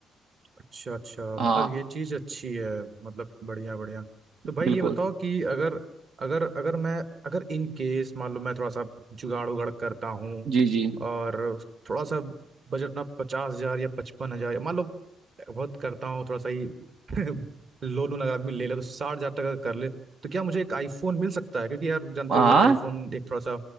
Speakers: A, on the right; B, on the right.
A: अच्छा अच्छा
B: हाँ
A: मतलब ये चीज अच्छी है मतलब बढ़िया बढ़िया तो भाई
B: बिल्कुल
A: ये बताओ कि अगर अगर अगर मैं अगर इन केस मान लो मैं थोड़ा सा जुगाड़ उगाड़ करता हूँ
B: जी जी
A: और थोड़ा सा बजट ना पचास हजार या पचपन हजार मान लो बहुत करता हूँ थोड़ा सा ही <laughs> लोन वोन अगर आदमी ले ले तो साठ हजार तक अगर कर ले तो क्या मुझे एक आईफोन मिल सकता है क्योंकि यार जानते
B: हाँ
A: हो आईफोन एक थोड़ा सा